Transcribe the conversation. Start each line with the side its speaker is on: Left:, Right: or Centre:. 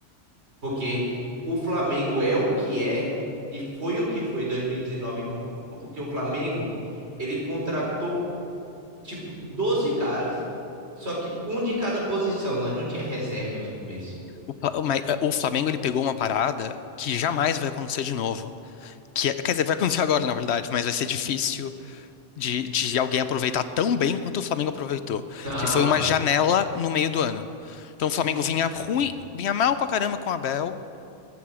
Right: Porque o Flamengo é o que é e foi o que foi em 2019, porque o Flamengo ele contratou tipo 12 caras, só que um de cada posição. Nós não tinha reserva de começo.
Left: O, Pla- o Ma- o Flamengo ele pegou uma parada que jamais vai acontecer de novo. Que, é- quer dizer, vai acontecer agora, na verdade, mas vai ser difícil de, de alguém aproveitar tão bem quanto o Flamengo aproveitou,
Right: Não,
Left: que foi uma janela no meio do ano. Então o Flamengo
Right: exatamente.
Left: vinha ruim, vinha mal pra caramba com o Abel,